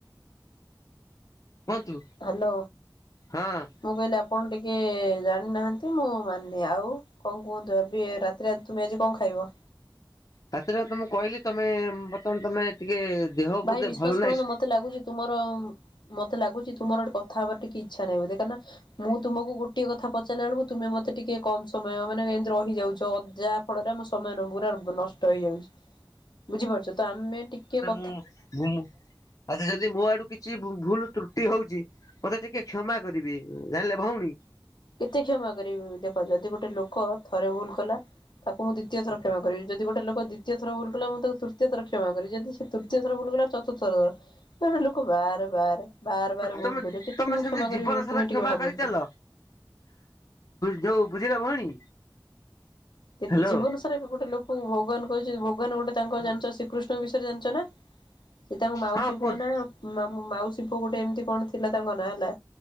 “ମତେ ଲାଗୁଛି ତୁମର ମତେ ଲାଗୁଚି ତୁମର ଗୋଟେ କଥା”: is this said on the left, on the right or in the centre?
Left